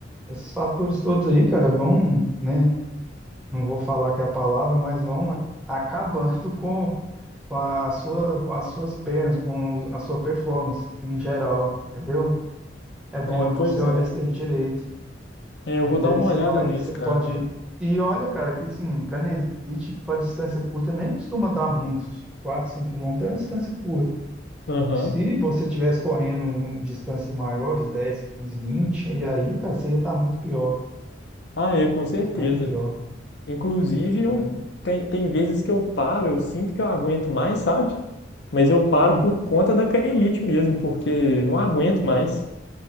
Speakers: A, in the centre; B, on the left (about 65°).
A: Esses fatores todos aí, cara, vão, né? Não vou falar que é a palavra, mas vão a- acabando <laughs> com, com a sua, com as suas pernas, com a sua performance em geral, entendeu? É bom,
B: É,
A: é bom
B: pois
A: você olhar
B: é.
A: isso aí direito,
B: É, eu
A: né?
B: vou
A: Que
B: dar
A: aí
B: uma
A: você
B: olhada
A: vai,
B: nisso,
A: você
B: cara.
A: pode. E olha, cara, que assim, canelite para distância curta nem costuma dar muito, tipo 4, 5 quilômetros é uma distância curta.
B: Aham.
A: Se você tivesse correndo distâncias maiores, 10 15 20 e aí, cara, você ia estar muito pior,
B: Ah, é, com certeza.
A: tá muito pior,
B: Inclusive, eu
A: né?
B: tem, tem vezes que eu paro, eu sinto que eu aguento mais, sabe? Mas eu paro
A: Hum,
B: por conta da canelite mesmo, porque não aguento mais.